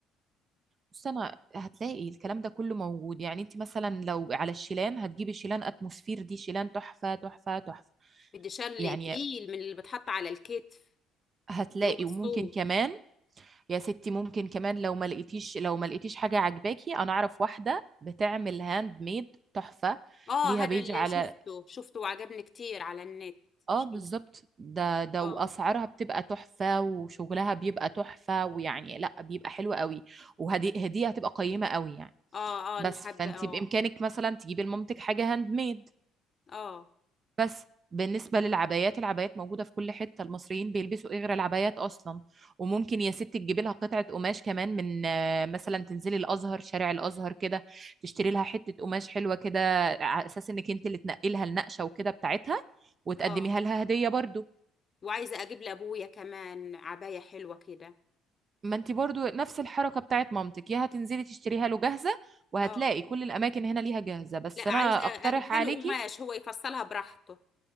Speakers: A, on the right; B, on the left.
A: بس انا هتلاقي الكلام ده كله موجود يعني انت مثلا لو على الشيلان هتجيبي شيلان اتموسفير دي شيلان تحفه تحفه تحفه
B: بدي شل
A: يعني
B: تقيل من اللي بتحط على الكتف
A: هتلاقي
B: اللي هو الصوف
A: وممكن كمان يا ستي ممكن كمان لو ما لقيتيش لو ما لقيتيش حاجه عجباكي انا اعرف واحده بتعمل هاند ميد تحفه
B: اه
A: ليها
B: هذا
A: بيج
B: اللي
A: على
B: شفته شفته وعجبني كتير على النت
A: اه
B: شو-
A: بالظبط ده ده
B: اه
A: واسعارها بتبقى تحفه وشغلها بيبقى تحفه ويعني لا بيبقى حلو قوي وهدي هديه هتبقى قيمه قوي يعني
B: اه اه
A: بس
B: أنا حابة
A: فانت
B: اه
A: بامكانك مثلا تجيبي لمامتك حاجه هاند ميد
B: اه
A: بس بالنسبه للعبايات العبايات موجوده في كل حته المصريين بيلبسوا ايه غير العبايات اصلا وممكن يا ست تجيبي لها قطعه قماش كمان من آه، مثلا تنزلي الازهر شارع الازهر كده تشتري لها حته قماش حلوه كده على اساس انك انت اللي تنقلها النقشه وكده بتاعتها وتقدميها
B: اه
A: لها هديه برضو
B: وعايزة أجيب لأبويا كمان عباية حلوة كده
A: ما انت برضو نفس الحركة بتاعت مامتك يا هتنزلي تشتريها له جاهزة وهتلاقي
B: اه
A: كل الأماكن هنا ليها جاهزة بس
B: لا
A: أنا
B: عايزة
A: أقترح
B: أجيبها
A: عليكي
B: له قماش هو يفصلها براحته